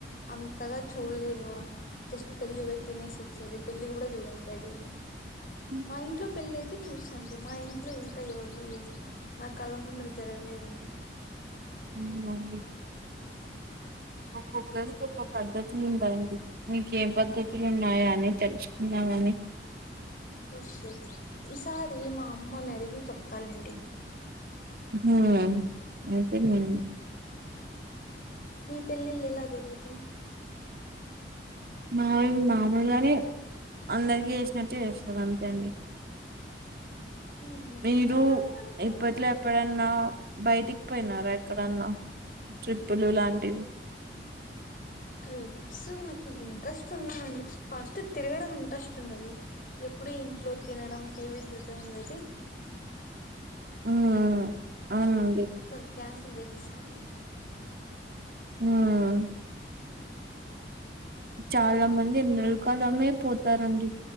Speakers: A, on the left; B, on the right.
A: అంతగా చూలేదు జస్ట్ పెళ్లి పోయి తినేసి వచ్చేది పెళ్లి కూడా చూడను బయటికి పోతే
B: ఉమ్,
A: మా ఇంట్లో పెళ్లయితే చూసండి మా ఇంట్లో ఇంకావ ఎవరివి నా కళ్ళ ముందర జరగలేదండి
B: అవునా అండి
A: <inaudible>
B: ఒక్కరికి ఒక పద్ధతులు ఉండడి మీక ఏం పద్ధతులు ఉన్నాయా అని తెలుసుకున్నామ అని
A: ఓ షేట్ ఈసారి మా అమ్మని అడిగి చెప్పతాలేండి
B: ఉ అంతే అండి
A: మీ పెళ్ళిళ్ళు ఎలా జరుగుతాయ్
B: మయి మామూలుగాని అందరికి చేసినట్టు చేస్తారు అంతే అండి
A: మేము
B: మీరు
A: కూడా అలానే అనుకోండి
B: ఇప్పట్ల ఎప్పుడన్నా బయటిక్. పోయినారా ఎక్కడన్నా ట్రిప్పులు లాంటివి.
A: ట్రిప్స్ నాకి ఇంట్రెస్ట్ ఉన్నావండి ఫస్ట్ తిరగడం ఇంట్రెస్ట్ ఉండదు ఏప్. ఇప్పుడు ఇంట్లో తినడం టీవీ చూడ్డం ఇవైతే.
B: ఉమ్ అవును.
A: ఓ క్యాన్సిల్ చేసేస్తానండి.
B: ఉమ్. చాలా మంది మేల్ కాలమే పోతారండి.